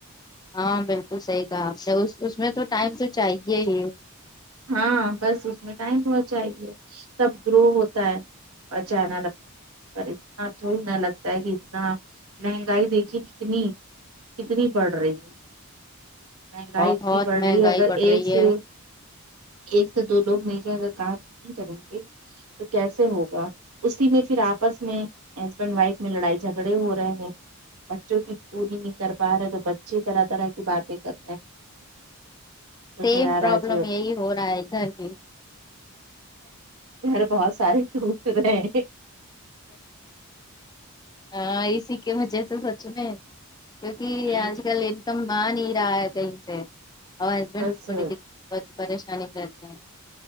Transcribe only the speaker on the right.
ہاں بس اس میں ٹائم بہت چائیے تب گرو ہوتا ہے اچھا نہ لو پر اتنا تھوڑی نا لگتا ہے کی اتنا مہنگائی دیکھی کتنی کتنی بڑھ رہی ہے مہنگائی
اتنی بڑھ
رہی ہے اگر
ایک
سے
ایک سے دو لوگ ملکے اگر کام نہیں کریں گے تو کیسے ہوگا اسی میں پھر آپس میں ہسبینڈ وائف میں لڑائی جھگڑے ہو رہے ہیں بچوں کی پوری نہیں کر پا رہے تو بچے طرح طرح کی باتیں کرتے ہیں سوچا
یار
آج
گھر بہت سارے ٹوٹ رہے
ہوں
بس